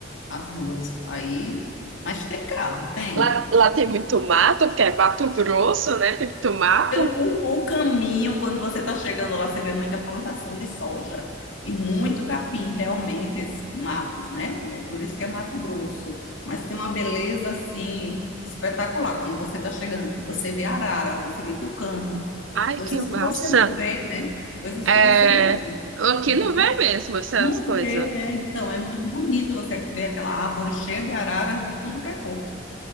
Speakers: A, on the left; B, on the right.
A: as ruas. Aí, mas tem carro, tem.
B: Lá, lá tem muito mato, porque é Mato Grosso, né? Tem muito mato.
A: Pelo, o, o caminho, quando você está chegando lá, você vê muita plantação de soja e muito capim, realmente, esses matos, né? É por isso que é Mato Grosso. Mas tem uma beleza, assim, espetacular quando você está chegando. Você vê arara, você vê tucano,
B: Ai,
A: coisas
B: que massa!
A: que você não vê, né? Coisas
B: É,
A: que você não vê.
B: aqui
A: Então,
B: não vê mesmo essas
A: não
B: coisas.
A: vê, é, então, é muito bonito você ver aquela árvore cheia de araras de tudo que é cor.